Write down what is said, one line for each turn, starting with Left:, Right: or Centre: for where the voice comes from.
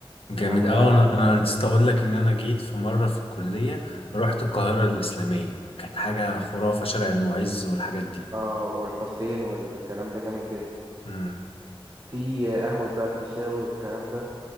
Right: الكلام
Left: جامد أوي
Right: ده
Left: أنا أنا نسيت أقول لك إن أنا جيت في مرة في الكلية رحت القاهرة الإسلامية كانت حاجة خرافة شارع المعز والحاجات دي
Right: اه والحسين والكلام ده جامد جدا
Left: مم.
Right: في قهوة بقى الفيشاوي والكلام ده